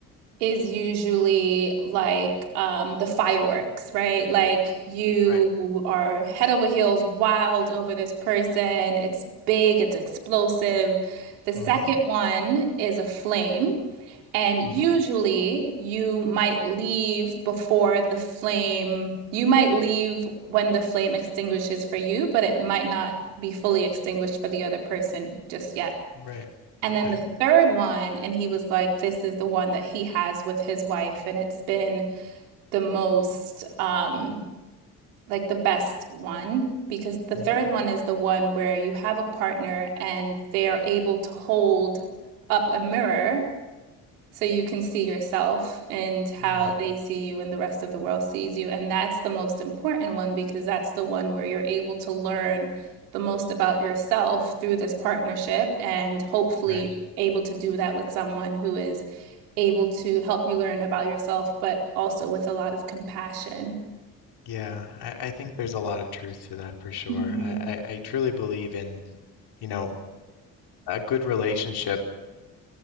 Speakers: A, on the right; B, on the left.
A: is usually like um, the fireworks, right? Like you
B: Right.
A: are head over heels wild over this person. It's big, it's explosive. The second
B: Mm-hmm.
A: one is a flame. And usually
B: Mm-hmm.
A: you might leave before the flame, you might leave when the flame extinguishes for you, but it might not be fully extinguished for the other person just yet.
B: Right.
A: And
B: Okay.
A: then the third one, and he was like, this is the one that he has with his wife. And it's been the most, um, like the best one, because the third
B: Mm-hmm.
A: one is the one where you have a partner and they are able to hold up a mirror so you can see yourself and how
B: Mm,
A: they see you and the rest of the world sees you. And that's the most important one because that's the one where you're able to learn the most about yourself through this partnership and hopefully
B: right.
A: able to do that with someone who is able to help you learn about yourself, but also with a lot of compassion.
B: Yeah, I, I think there's a lot of truth to that for sure.
A: hmm
B: I, I, I truly believe in, you know, a good relationship,